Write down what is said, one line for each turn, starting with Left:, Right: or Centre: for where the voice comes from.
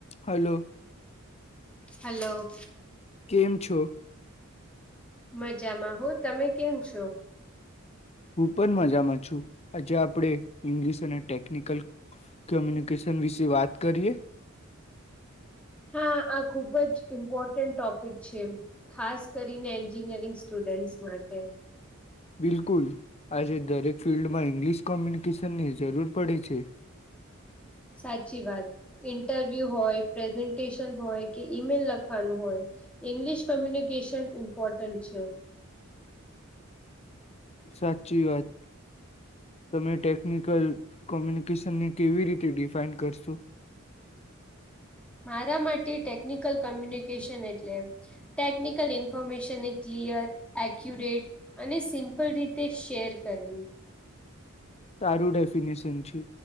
Left: હલો
Centre: હલો
Left: કેમ છો?
Centre: મજામાં હો તમે કેમ છો?
Left: હું પણ મજામાં છું આજે આપણે ઇંગ્લિશ અને ટેકનિકલ કોમ્યુનિકેશન વિશે વાત કરીએ?
Centre: હા આ ખુબ જ ઇમ્પોર્ટન્ટ ટોપિક છે ખાસ કરીને એન્જિનિયરિંગ સ્ટુડન્ટસ માટે
Left: બિલકુલ આજે દરેક ફિલ્ડમાં ઇંગ્લિશ કોમ્યુનિકેશનની જરૂર પડે છે.
Centre: સાચી વાત ઇન્ટરવ્યુ હોય, પ્રેઝન્ટેશન હોય કે ઈમેલ લખવાનું હોય ઈંગ્લિશ કોમ્યુનિકેશન ઇમ્પોર્ટન્ટ છે.
Left: સાચી વાત તમે ટેકનિકલ કોમ્યુનિકેશનને કેવી રીતે ડિફાઈન કરશો?
Centre: મારા માટે ટેકનિકલ કમ્યુનિકેશન એટલે ટેકનિકલ ઇન્ફોર્મેશનને ક્લિયર એક્યુરેટ અને સિમ્પલ રીતે શેર કરવી.
Left: સારું ડેફિનેશન છે